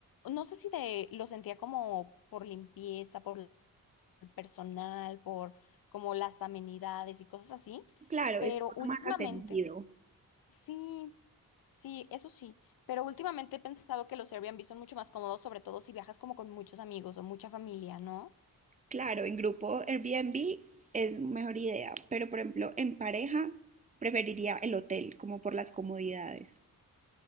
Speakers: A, on the left (about 70°); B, on the right (about 20°).
A: no sé si de lo sentía como por limpieza, por personal, por como las amenidades y cosas así,
B: Claro,
A: pero
B: es uno
A: últimamente,
B: más atendido.
A: sí, sí, eso sí, pero últimamente he pensado que los Airbnb son mucho más cómodos, sobre todo si viajas como con muchos amigos o mucha familia, ¿no?
B: Claro, en grupo Airbnb es mejor idea, pero por ejemplo, en pareja preferiría el hotel, como por las comodidades.